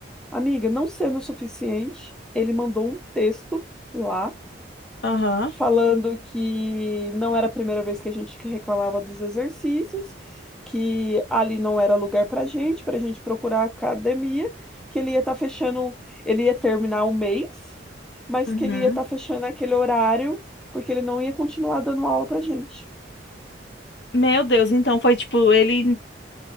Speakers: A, in the centre; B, on the left.
A: Amiga, não sendo o suficiente, ele mandou um texto lá
B: aham,
A: falando que não era a primeira vez que a gente reclamava dos exercícios, que ali não era lugar para gente, para a gente procurar academia, que ele ia estar fechando, ele ia terminar o mês, mas
B: uhum.
A: que ele ia estar fechando aquele horário, porque ele não ia continuar dando aula para gente.
B: Meu Deus, então foi tipo, ele